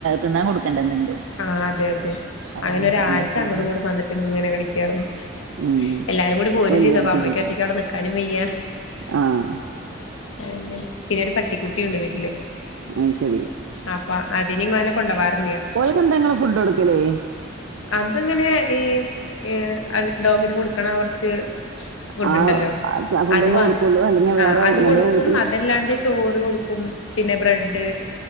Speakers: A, on the right; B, on the left.
A: തിന്നാൻ കൊടുക്കണ്ടേ എന്തെങ്കിലും
B: ആഹ് അതെ അതെ.
A: അതാണ്
B: അങ്ങനെ ഒരാഴ്ച
A: എന്നാ പിന്നെ
B: അങ്ങടും ഇങ്ങടും വന്നിട്ട് ഇങ്ങനെ കളിക്ക്യായ്രുന്നു.
A: ഉം
B: എല്ലാരും കൂടി പോരും
A: അത് വല്യ
B: ചെയ്ത് അപ്പൊ
A: ബുദ്ധിമുട്ടാണ്.
B: അമ്മയ്ക്ക്യൊറ്റയ്ക്ക് അവിടെ നിക്കാനും പയ്യ.
A: ആഹ്
B: അങ്ങനെ. പിന്നെ ഒരു പട്ടിക്കുട്ടിയുണ്ട് വീട്ടില്
A: അഹ് ശരി.
B: അപ്പ അതിനിങ്ങെനെ കൊണ്ടവാറില്ല്യ.
A: ഓൽക്ക് എന്താ ങ്ങള് ഫുഡൊടുക്കല്?
B: അത്ങ്ങനെ ഈ ഈ അഹ് ഡോഗിന് കൊടുക്കണാ കൊർച്ച് ഫുഡ്
A: ആ
B: ണ്ടല്ലോ,
A: ഫുഡന്നെ
B: അത് വാ
A: കൊടുക്കൊള്ളൂ അല്ലെങ്കി വേറെ
B: ആഹ് അത്
A: നമ്മളെ
B: കൊടുക്കും
A: വീട്ടില്
B: അതല്ലാണ്ട് ചോറ് കൊടുക്കും, പിന്നെ ബ്രെഡ്,